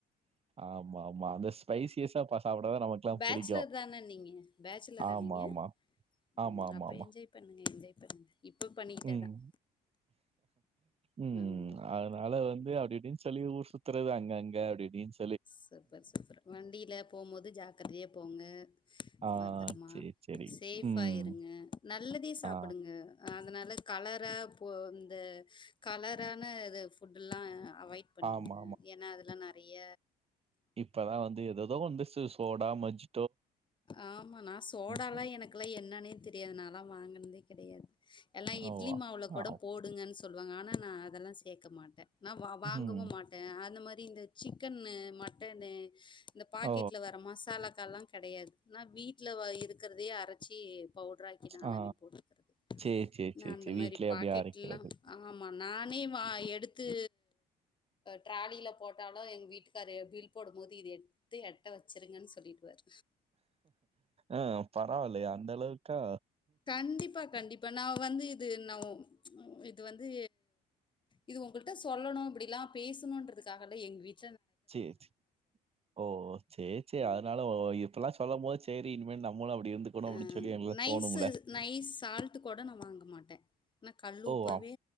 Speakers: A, on the right; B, on the left.
A: ஆமா ஆமா அந்த ஸ்பைசியஸா சாப்பிடாதா நமக்குல்லா
B: பேச்சுலர்
A: புடிக்கு
B: தானே நீங்க பேச்சுலரா
A: ஆமா
B: நீங்க
A: ஆமா ஆமா
B: ம்,
A: ஆமா
B: அப்ப
A: ஆமா
B: என்ஜாய் பண்ணுங்க என்ஜாய் பண்ணுங்க இப்போ பண்ணிக்கிட்டே
A: உம்
B: தான்
A: உம்ம்
B: ஆமா
A: அதனால வந்து அப்டி இப்டின்னு சொல்லி ஊர் சுத்துறது அங்க அங்க அப்படிப்டின்னு
B: சூப்பர் சூப்பர் வண்டியில போகும்போது ஜாக்கிரதையா போங்க
A: ஆ,
B: பத்திரமா
A: சரி, சரி.
B: சேஃபா
A: ம்.
B: இருங்க நல்லதே சாப்பிடுங்க
A: ஆ.
B: அதனால கலரா இந்த கலரான இது ஃபுட்டல்லா அவாய்ட் பண்ணுங்க
A: ஆமா,
B: ஏன்னா அதுலாம் நறைய
A: இப்பதா வந்து ஏததோ வந்துச்சு சோடா மஜ்
B: ஆமா நா சோடாலா
A: சொல்
B: எனக்குல்லா என்னன்னே தெரியாது நாலா வாங்கினதே கெடையாது எல்லா இட்லி
A: ஓவா!
B: மாவுள கூட
A: ஆவ்.
B: போடுங்கன்னு சொன் சொல்லுவாங்க ஆனா நா அதெல்லா சேக்க மாட்டே நா வா வாங்கவு
A: ம்.
B: மாட்டே அந்த மாதி இந்த சிக்கன்னு மட்டன்னு இந்த பாக்கெட்ல
A: ஓ!
B: வர மசாலா ல்லா கெடையாது நா வீட்ல இருக்கிறதையே அரச்சி பவுடராக்கி நானாவே
A: ஆ.
B: போட்டுக்கிறது
A: சரி, சரி,
B: நா
A: சரி,
B: அந்த
A: சரி.
B: மாரி
A: வீட்லயே
B: பாக்கெட்லா
A: அப்டியே அரைக்கிறது.
B: ஆமா நானே வா எடுத்து ட்ராலியில போட்டாலு எங்க வீட்டுக்காரர் க்ஷ பில் போடும்போது இத எடுத்து எட்ட வச்சுருங்கன்னு சொல்லிடுவாரு
A: அஹ் பரவாலையே அந்த அளவுக்கா
B: கண்டிப்பா கண்டிப்பா நா வந்து இது நா இது வந்து இது உங்களுட்ட சொல்லணு இப்டில்லா பேசணுன்றதுக்காகல்ல எங்க வீட்டு
A: சேரி சே ஓ சேரி சே
B: ம்.
A: அதனால இப்பெல்லா சொல்லும் போது சேரி இனிமேல் நம்மளு அப்டி இருந்துக்கணு அப்டின்னு
B: அ
A: சொல்லி எங்ளுக்லா
B: நைஸு
A: தோணும்ல
B: நைஸ் சால்ட் கூட நா வாங்க மாட்டே நா கல் உப்பவே
A: ஓ! அப்